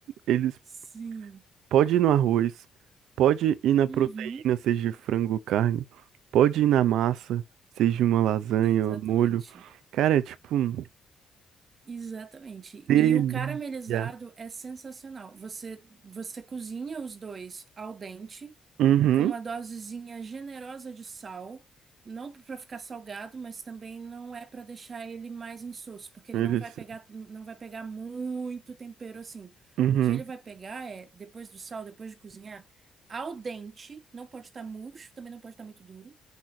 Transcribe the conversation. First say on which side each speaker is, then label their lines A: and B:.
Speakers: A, on the right (about 80°); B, on the right (about 40°).
A: eles
B: Sim.
A: Pode ir no arroz, pode ir na
B: Uhum.
A: proteína, seja frango, ou carne, pode ir na massa, seja uma lasanha,
B: Exatamente.
A: um molho. Cara, é tipo, um
B: Exatamente.
A: delícia.
B: E o caramelizado é sensacional. Você, você cozinha os dois al dente,
A: Uhum,
B: com uma dosezinha generosa de sal, não para ficar salgado, mas também não é para deixar ele mais insosso, porque ele
A: eles,
B: não vai pegar, não vai pegar muito tempero assim.
A: uhum,
B: O que ele vai pegar é, depois do sal, depois de cozinhar, al dente, não pode estar murcho, também não pode estar muito duro